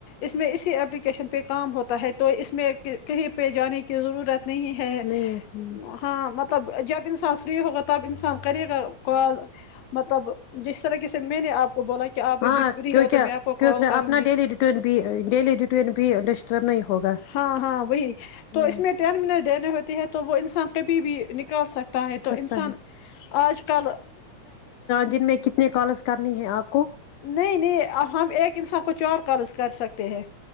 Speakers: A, on the left; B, on the left.
A: اس میں اسی اپپلیکیشن پہ کام ہوتا ہے تو اس میں کہیں پہ جانے کی ضرورت نہیں ہے
B: نہیں ہے
A: ہاں مطلب جب ب انسان فری ہوگا تب انسان کرے گا کال مطلب جس طریقے سے میں نے آپ بولا کہ آپ ابھی
B: ہاں
A: فری
B: کیونکہ
A: ہو تو میں آپ کو
B: کیونکہ
A: کال کروں
B: اپنا
A: گی
B: ڈیلی روٹین بھی ڈیلی روٹین بھی ڈسٹرب نہیں ہوگا
A: ہاں ہاں وہی تو
B: ہوں
A: اس میں ٹین منٹ دینے ہوتے ہیں تو تو وہ انسان کبھی بھیک نکال سکتا ہے تو
B: سکتا
A: انسان
B: ہے
A: آج کل
B: ن میں کتنے کالز کرنی ہیں آپ کو
A: نہیں نہیں اب ہم ایک انسان کو چور قض کر سکتے ہیں